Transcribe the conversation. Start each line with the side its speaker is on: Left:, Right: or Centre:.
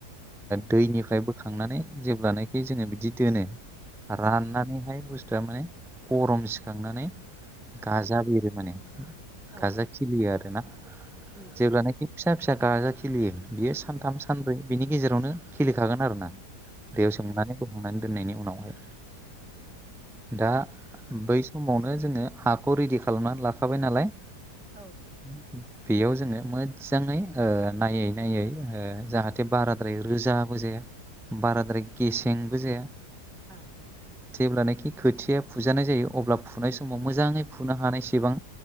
Centre: दैनिफ्राय बोखांनानै जेब्लानाखि जोङो बिदि दोनो राननानैहाय
Right: उम उम
Centre: बुस्थुआ माने गरम सिखांनानै गाजा बेरो माने
Right: औ
Centre: गाजा
Right: उम
Centre: खिलियो आरोना
Right: उम
Centre: जेब्लानाखि फिसा फिसा गाजा खिलियो बियो सानथाम सानब्रै बिनि गेजेरावनो खिलिखागोन आरोना
Right: उम
Centre: दैयाव
Right: उम
Centre: सोमनानै
Right: उम
Centre: दोननायनि उनावहाय दा बै समाव माने जोङो हाखौ रेडि खालामनानै लाखाबाय नालाय
Right: औ
Centre: <inaudible> बेयाव जोङो मोजाङै ओ नायै नायै ओ जाहाथे बाराद्राय रोजाबो जाया बाराद्राय गेसेंबो जाया
Right: आह
Centre: जेब्लानाखि खोथिया फुजानाय जायो अब्ला फुनाय समाव मोजाङै फुनो हानायसिबां